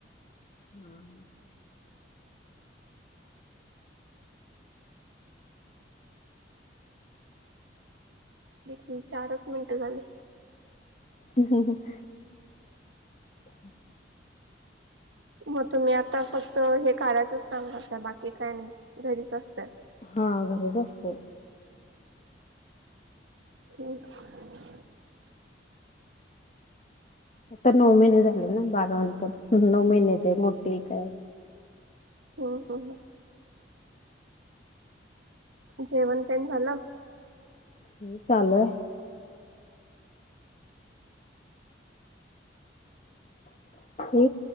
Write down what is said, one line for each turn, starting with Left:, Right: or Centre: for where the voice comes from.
Left: हा हा
Right: किती चारच मिनटं झाले.
Left: <inaudible> <unintelligible>
Right: म तुम्ही आता फक्त हे कार्याचच कामं करता बाकी काय नाय घरीच असत्या.
Left: हा घरीच असते.
Right: <unintelligible>
Left: आता नऊ महिने झाले न बारा <unintelligible> नऊ महिन्याचय मोठीे एक हाय
Right: हूं हूं हू जेवण तेन झालं.
Left: हो चालूय. ए